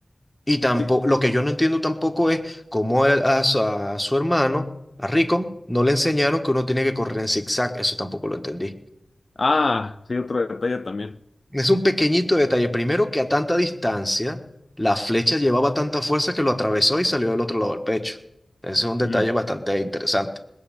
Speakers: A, in the centre; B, on the left.
A: Y tampoco,
B: sí.
A: lo que yo no entiendo tampoco es cómo él- a, su a su hermano, a Rico, no le enseñaron que uno tiene que correr en zigzag. Eso tampoco lo entendí.
B: Ah, sí, otro detalle también.
A: Es un pequeñito detalle. Primero, que a tanta distancia, la flecha llevaba tanta fuerza que lo atravesó y salió del otro lado del pecho. Ese es un detalle
B: Mm,
A: bastante interesante.